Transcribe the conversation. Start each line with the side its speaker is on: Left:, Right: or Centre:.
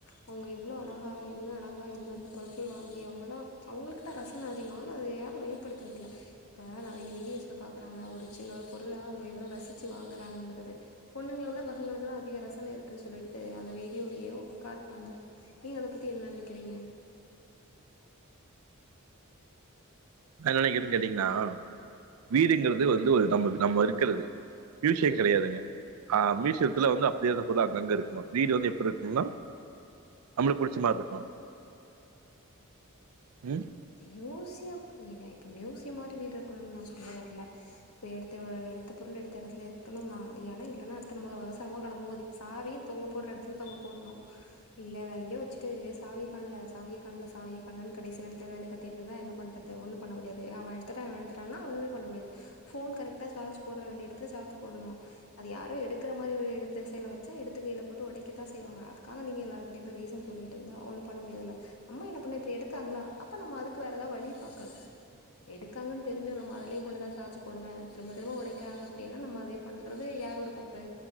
Left: அவங்க இவ்ளோ அழகா என்ன அழகா இந்தந்த பொருட்கள் வாங்கி அவங்கதான் அவங்களுக்கு தா ரசன அதிக ஆ அத யாரும் வெளிப்படுத்துறது இல்ல இப்ப நிறைய வீடியோஸ்ல பாக்குறாங்க ஒரு சின்னரு பொருளை அவங்க இவ்ளோ ரசிச்சு வாங்குறாங்கங்கிறது பொண்ணுங்களை விட பசங்களுக்குதா அதிக ரசன இருக்குன்னு சொல்லிட்டு அந்த வீடியோலயோ காட்டுறாங்க நீங்க அத பத்தி என்ன நினைக்கிறீங்க
Right: நா என்ன நினைக்கிறேன்னு கேட்டீங்கன்னா வீடுங்கிறது வந்து ஒரு நம்ம நம்ம இருக்கிறது ஃப்ச் கிடையாதுங்க ஆ மீஷல் இதுல வந்து அப்டியே இரு பொருளு அங்கங்க இருக்கணு வீடு வந்து எப்டி இருக்கணும்னா நம்மள பிடிச்ச மாதிரி இருக்கணு ம்
Left: யஊசிய அப்பங்க <unintelligible> நியூஸ் மாதிரி வீடு இருக்கணும்னு நான் சொல்ல வரல இப்போ எடுத்த எடுத்த பொருள் எடுத்த இடத்துல இருக்கணு தான் ஏன்னா இல்லைன்னா அடுத்த நம்ம அவசரமா கிளம்பும்போது இப்ப சாவியு தொங்க போடுற இடத்துல தொங்க போட்ணு இல்ல வேற எங்ககோ வச்சுட்டு ஏ சாவிய காண்ல சாவிய காண்ல சாவிய காண்லன்னு கடைசி நேரத் லந்து கத்திட்டு இருந்தா என்ன பண்ணறது ஒண்ணு பண்ண முடியாது அவன் எடுத்துட்ட அவன் எடுத்தட்டான ஒண்ணுமே பண்ண முடியாது போன் கரெக்டா சார்ஜ் போடற வேண்டிய இடத்துல சார்ஜ் போடணு அது யாரும் எடுக்கிற மாதிரி இடத்த ச வச்சா எடுத்து கையில போட்டு உடைக்கத்தான் செய்வாங்க அதுக்காக நீங்க எல்லாரு கிட்டய போய் ரீசன் சொல்லிட்டு இருந்தா ஒண்ணு பண்ண முடியாதுல்ல ம்மா என்ன பண்ண இப்ப எடுக்காங்களா அப்ப நம்ம அதுக்கு வேற ஏதாவது வழி பாக்கணும் எடுக்காங்கன்னு தெரிஞ்சு நம்ம அதுலயே கூள்ளதான் சார்ஜ் போடுவே திரும்ப திரும்ப உடைக்கிறாங்க அப்டின்னா நம்ம அதே பண்றது யாரோட தப்பு